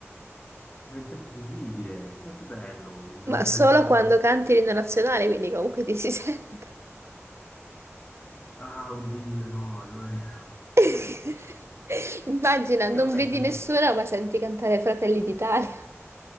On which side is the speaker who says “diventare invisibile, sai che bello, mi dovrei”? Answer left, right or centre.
Left